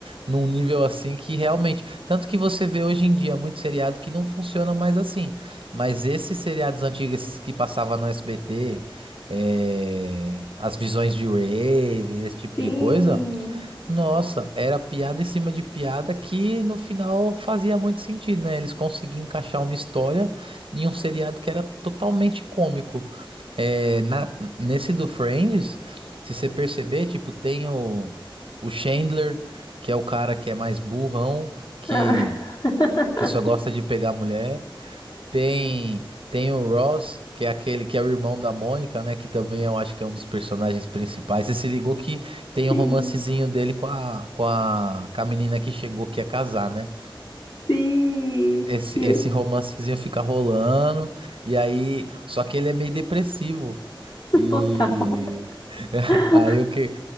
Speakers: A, on the right; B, on the left.
A: num nível assim que realmente. Tanto que você vê hoje em dia muito seriado que não funciona mais assim. Mas esses seriados antigos, esses que passavam no SBT, eh, as visões de Raven, esse tipo
B: Sim.
A: de coisa. Nossa, era piada em cima de piada que no final fazia muito sentido, né? Eles conseguiam encaixar uma história em um seriado que era totalmente cômico. É, na- nesse do Friends, se você perceber, tipo, tem o, o Chandler, que é o cara que é mais burrão, que,
B: Ah, <laughs>
A: que só gosta de pegar mulher. Tem, tem o Ross, que é aquele que é o irmão da Mônica, né? Que também eu acho que é um dos personagens principais. Você se ligou que tem
B: sim,
A: um romancezinho dele com a, com a, com a menina que chegou que ia casar, né?
B: sim.
A: Esse,
B: E
A: esse romancezinho fica rolando, e aí. Só que ele é meio depressivo. E.
B: total.
A: <laughs>
B: <laughs>
A: Aí o que.